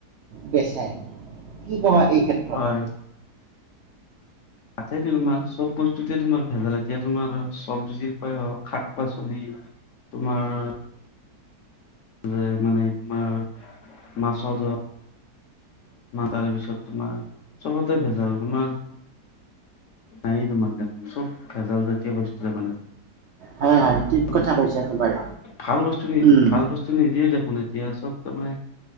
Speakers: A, on the right; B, on the left.
A: বেচে কি কবা এই ক্ষেত্ৰ
B: হয় সেইটোৱে তোমাৰ চব বস্তুতে তোমাৰ ভেজাল এতিয়া তোমাৰ চব্জিৰ প্ৰায়হক শাক-পাচলি তোমাৰ তোমাৰ যে মানে তোমাৰ মাছৰ জ তাৰেপিছত তোমাৰ চবতে ভেজাল। তোমাৰ- নাইয়ে তোমাৰ চব ভেজাল জাতীয় বস্তুৱে মানে।
A: হয় হয়
B: তোমাৰ
A: ঠিক কথা কৈছে একেবাৰে
B: ভাল বস্তু দি,
A: উম
B: ভাল বস্তু- নিদিয়ে দেখোন। এতিয়া চব তাৰমানে